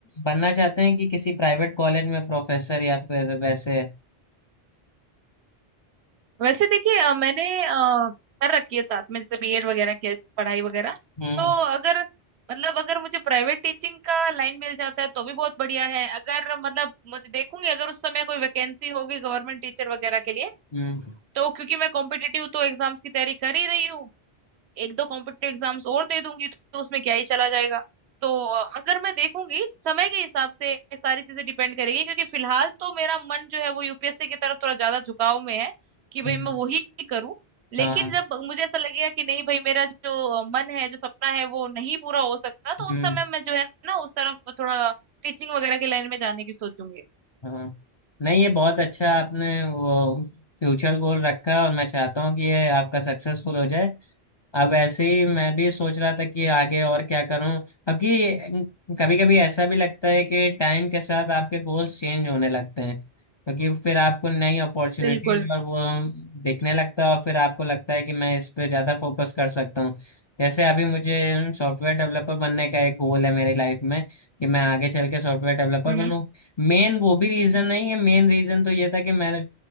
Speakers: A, on the left; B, on the right.
A: बनना चाहते हैं कि किसी प्राइवेट कॉलेज में प्रोफेसर या फिर वैसे
B: वैसे देखिए अ, मैंने अ, कर रखी है साथ में जैसे बीएड वगैरह किया पढ़ाई वगैरह
A: हम्म
B: तो अगर मतलब अगर मुझे प्राइवेट टीचिंग का लाइन मिल जाता है तो भी बहुत बढ़िया है अगर मतलब मुझे देखूंगी अगर उस समय कोई वैकेंसी होगी गवर्नमेंट टीचर वगैरह के लिए
A: हम्म
B: तो क्योंकि मैं कॉम्पिटिटिव तो एग्जाम्स की तैयारी कर ही रही हूँ एक दो कॉम्पिटेटिव एग्जाम्स और दे दूंगी तो उसमें क्या ही चला जाएगा तो अ, अगर मैं देखूंगी समय के हिसाब से ये सारी चीजें डिपेंड करेगी क्योंकि फिलहाल तो मेरा मन जो है वो यूपीएससी की तरफ थोड़ा ज्यादा झुकाव में है कि भाई
A: हम्म,
B: मैं वही करूँ लेकिन
A: हाँ
B: जब मुझे ऐसा लगेगा कि नहीं भाई मेरा जो मन है जो सपना है वो नहीं पूरा हो सकता तो
A: हम्म
B: उस समय मैं जो है ना उस तरफ थोड़ा टीचिंग वगैरह के लाइन में जाने की सोचूंगी
A: हाँ नहीं ये बहुत अच्छा आपने वो फ्यूचर गोल रखा है और मैं चाहता हूँ कि ये आपका सक्सेसफुल हो जाए अब ऐसे ही मैं भी सोच रहा था कि आगे और क्या करूँ अब कि कभी कभी ऐसा भी लगता है कि टाइम के साथ आपके गोल्स चेंज होने लगते हैं क्योंकि फिर आपको नई अपॉर्चुनिटीज
B: बिल्कुल
A: और वो दिखने लगता है और फिर आपको लगता है कि मैं इस पे ज़्यादा फोकस कर सकता हूँ जैसे अभी मुझे सॉफ्टवेयर डेवलपर बनने का एक गोल है मेरी लाइफ में कि मैं आगे चल के सॉफ्टवेयर डेवलपर
B: हम्म
A: बनूँ
B: बिल्कुल हम्म
A: मेन वो भी रीजन नहीं है मेन रीजन तो ये था कि मैं